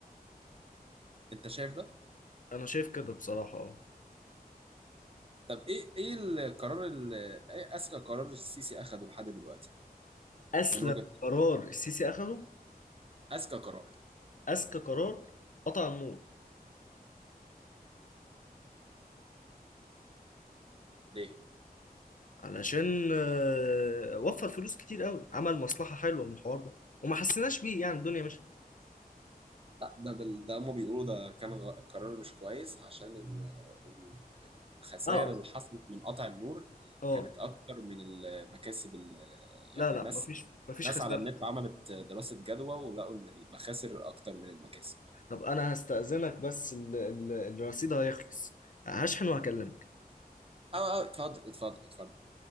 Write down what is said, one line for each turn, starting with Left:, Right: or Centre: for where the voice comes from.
Right: انت شايف ده
Left: انا شايف كده بصراحة اه
Right: طب ايه ايه القرار ال... ايه اذكى قرار السيسي اخده لحد دلوقتي
Left: اسلم
Right: من وجهة نظرك؟
Left: قرار السيسي اخده
Right: اذكى قرار
Left: اذكى قرار قطع النور
Right: ليه
Left: علشان آه، وفر فلوس كتير قوي عمل مصلحة حلوة من الحوار ده وما حسيناش بيه يعني الدنيا مشت
Right: لا ده بال... ده هم بيقولوا ده كان غ- قرار مش كويس عشان ال- ال- الخسائر
Left: اه
Right: اللي حصلت من قطع النور
Left: اه
Right: كانت اكتر من المكاسب ال...
Left: لا
Right: يعني
Left: لا
Right: الناس
Left: مفيش مفيش
Right: ناس
Left: خسارة
Right: على النت عملت دراسة جدوى ولقوا ان المخاسر اكتر من المكاسب
Left: طب انا هستأذنك بس ال... ال... الرصيد هيخلص هشحن وهكلمك
Right: اه اه اتفضل اتفضل اتفضل